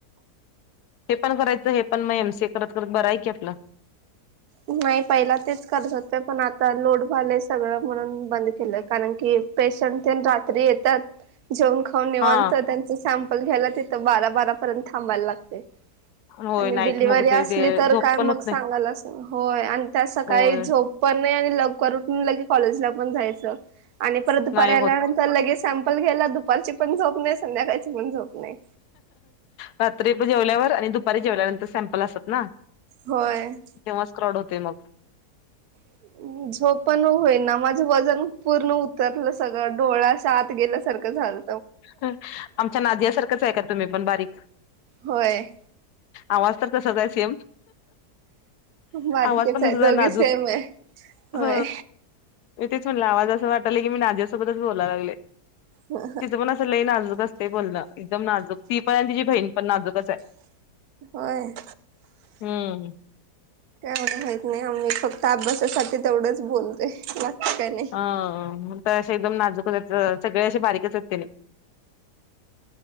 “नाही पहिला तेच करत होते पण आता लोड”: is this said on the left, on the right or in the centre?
Right